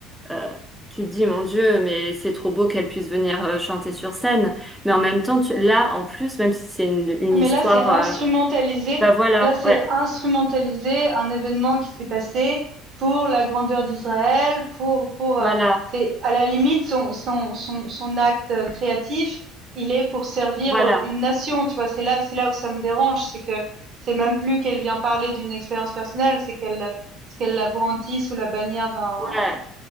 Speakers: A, in the centre; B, on the right (about 45°).
A: euh, tu te dis, mon Dieu, mais c'est trop beau qu'elle puisse venir euh, chanter sur scène. Mais en même temps, tu- là, en plus, même si c'est une, une
B: Ah,
A: histoire,
B: Mais là, c'est instrumentalisé.
A: euh, bah voilà,
B: Là, c'est
A: ouais,
B: instrumentalisé un événement qui s'est passé pour la grandeur d'Israël, pour pour
A: voilà,
B: euh, c'est à la limite son son son son acte euh, créatif, il est pour servir
A: voilà,
B: euh, une nation, tu vois. C'est là c'est là où ça me dérange, c'est que c'est même plus qu'elle vient parler d'une expérience personnelle, c'est qu'elle c'est qu'elle la brandit sous la bannière d'un
A: ouais,